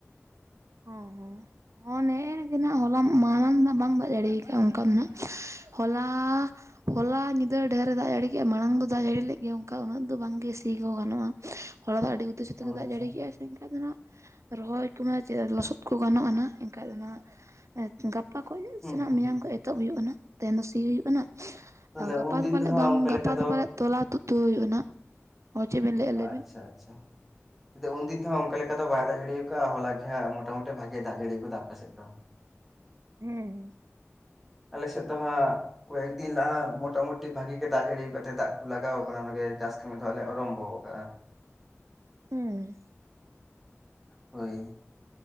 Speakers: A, on the right; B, in the centre.
A: ᱦᱚᱸ ᱦᱚᱸ ᱱᱮ ᱮ ᱜᱮ ᱱᱟᱜ ᱦᱚᱞᱟ ᱢᱟᱲᱟᱝ ᱨᱮᱱᱟᱜ ᱵᱟᱝ ᱵᱟᱡ ᱫᱟᱲᱮᱠᱟᱜ ᱼᱟ ᱚᱱᱠᱟ ᱢᱟᱱᱟᱜ ᱦᱚᱞᱟ ᱦᱚᱞᱟ ᱧᱤᱫᱟᱹ ᱰᱷᱮᱨ ᱮ ᱫᱟᱜ ᱡᱟᱹᱲᱤ ᱠᱮᱫᱼᱟ ᱢᱟᱲᱟᱝ ᱫᱚ ᱫᱟᱜ ᱡᱟᱹᱲᱤ ᱞᱮᱫ ᱜᱮ ᱚᱱᱠᱟ ᱩᱱᱟᱹᱜ ᱫᱚ ᱵᱟᱝᱜᱮ ᱥᱤ ᱦᱚᱸ ᱜᱟᱱᱚᱜᱼᱟ ᱦᱚᱞᱟ ᱫᱚ ᱟᱹᱰᱤ ᱩᱛᱤ ᱥᱩᱛᱤ
B: ᱚ
A: ᱜᱮ ᱫᱟᱜ
B: ᱟᱪᱪᱷᱟ
A: ᱡᱟᱹᱲᱤ ᱠᱮᱫᱼᱟᱭ ᱥᱮ ᱮᱱᱠᱷᱟᱡ ᱫᱚ ᱦᱟᱸᱜ ᱨᱚᱦᱚᱭ ᱠᱚᱢᱟ ᱪᱮᱫᱟᱜ ᱞᱚᱥᱚᱫ ᱠᱚ ᱜᱟᱱᱚᱜ ᱟᱱᱦᱟᱜ ᱮᱱᱠᱷᱟᱡ ᱫᱚᱱᱟᱜ ᱜᱟᱯᱟ ᱠᱷᱚᱱ
B: ᱦᱩᱸ
A: ᱥᱮ
B: ᱦᱩᱸ
A: ᱢᱮᱭᱟᱝ
B: ᱦᱩᱸ
A: ᱠᱷᱚᱡ ᱛᱳᱜ ᱦᱩᱭᱩᱜ ᱠᱟᱱᱟ ᱛᱮᱱ ᱫᱚ ᱥᱤ ᱦᱩᱭᱩᱜ ᱠᱟᱱᱟ
B: ᱛᱟᱦᱚᱞᱮ
A: ᱜᱟᱯᱟ
B: ᱩᱱᱫᱤᱱ
A: ᱫᱚ ᱯᱟᱞᱮᱫ
B: ᱦᱟᱸᱜ
A: ᱵᱟᱝ
B: ᱚᱱᱠᱟ
A: ᱜᱟᱯᱟ
B: ᱞᱮᱠᱟ
A: ᱫᱚ ᱯᱟᱞᱮᱫ ᱛᱚᱞᱟ ᱛᱩᱫ, ᱛᱳᱜ ᱦᱩᱭᱩᱜ-ᱟ ᱱᱟᱜ, ᱚ ᱪᱮᱫ ᱵᱤᱱ ᱞᱮᱜ, ᱞᱟᱹᱭ
B: ᱟᱪᱪᱷᱟ ᱟᱪᱪᱷᱟ ᱛᱩ ᱩᱱᱫᱤᱱ ᱛᱚ ᱦᱟᱜ ᱚᱱᱠᱟ ᱞᱮᱠᱟ ᱫᱚ ᱵᱟᱭ ᱫᱟᱜ ᱡᱟᱹᱲᱤ ᱠᱟᱜᱼᱟ ᱦᱚᱞᱟ ᱜᱮ ᱦᱟᱸᱜ ᱢᱚᱴᱟ ᱢᱩᱴᱤ ᱵᱷᱟᱜᱮᱭ ᱫᱟᱜ ᱡᱟᱹᱲᱤ ᱠᱟᱫᱟ ᱟᱯᱮ ᱥᱮᱫ ᱫᱚ
A: ᱦᱮᱸ ᱦᱮᱸ
B: ᱟᱞᱮ ᱥᱮᱫ ᱫᱚ ᱦᱟᱸᱜ ᱠᱚᱭᱮᱠ ᱫᱤᱱ ᱞᱟᱦᱟ ᱢᱚᱴᱟ ᱢᱩᱴᱤ ᱵᱷᱟᱜᱤ ᱜᱮ ᱫᱟᱜ ᱡᱟᱹᱲᱤ ᱠᱟᱜ ᱛᱟᱦᱮᱱ ᱫᱟᱜ ᱠᱚ ᱞᱟᱜᱟᱣ ᱟᱠᱟᱱᱟ ᱜᱮ ᱡᱟᱹᱥ ᱱᱚᱜᱼᱚᱭ ᱫᱟᱜ ᱫᱚ ᱟᱨᱨᱟᱢᱵᱷᱚ ᱠᱟᱜᱼᱟ ᱾
A: ᱦᱮᱸ
B: ᱦᱳᱭ